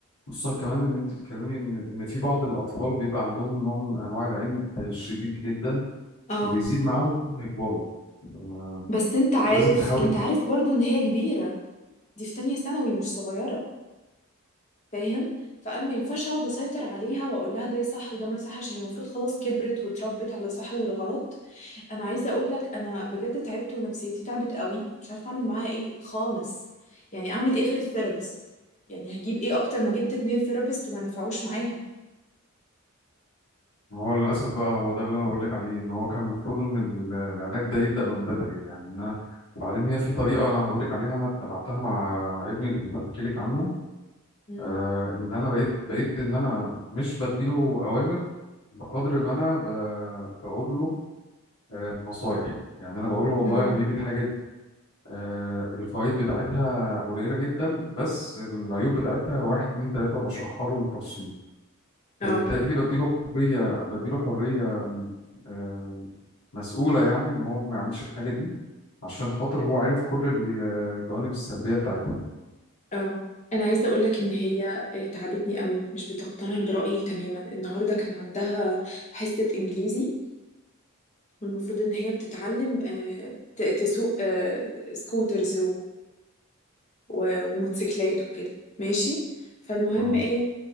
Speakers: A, on the left (about 90°); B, on the left (about 30°).
A: خصوصا كمان إن أنت بتتكلمي إن إن في بعض الأطفال بيبقى عندهم نوع من أنواع العند الشديد جدا
B: اه
A: وبيزيد معاهم كل ما يكبروا آه،
B: بس انت عارف
A: لازم تحاولي
B: انت عارف برضو ان هي كبيرة دي في تانية ثانوي مش صغيرة فاهم فانا ما ينفعش اقعد اسيطر عليها واقول لها ده صح وده ما يصحش هي المفروض خلاص كبرت واتربت على الصح والغلط انا عايزه اقول لك انا بجد تعبت ونفسيتي تعبت قوي مش عارفه اعمل معاها ايه خالص يعني اعمل ايه غير الثيرابيست يعني هجيب ايه اكتر ما جبت اتنين ثيرابيست وما نفعوش معاها
A: ما هو للأسف بقى هو ده اللي أنا بقول لك عليه إن هو كان المفروض إن ال- العلاج ده يبدأ من بدري يعني إن أنا وبعدين هي في طريقة أنا هقول لك عليها أنا اتبعتها مع مع ابني اللي بحكي لك عنه
B: امم
A: آه إن أنا بقيت بقيت إن أنا مش بديله أوامر بقدر ما أنا ب... بقول له آه نصايح يعني أنا بقول له والله
B: امم
A: يا حبيبي الحاجة دي آه الفوائد بتاعتها قليلة جدا بس العيوب بتاعتها واحد اتنين تلاتة وبشرحها له بالتفصيل
B: اه
A: فبالتالي بديله حرية بديله حرية آه، مسؤولة يعني إن هو ما يعملش الحاجة دي عشان خاطر هو عارف كل الجوانب السلبية بتاعتها
B: اه انا عايزه اقول لك ان هي آه، تعبتني قوي مش بتقتنع برايي تماما النهارده كان عندها حصه انجليزي والمفروض ان هي بتتعلم آه، ت- تسوق آه، سكوترز و- وموتوسيكلات وكده ماشي فالمهم
A: مم.
B: ايه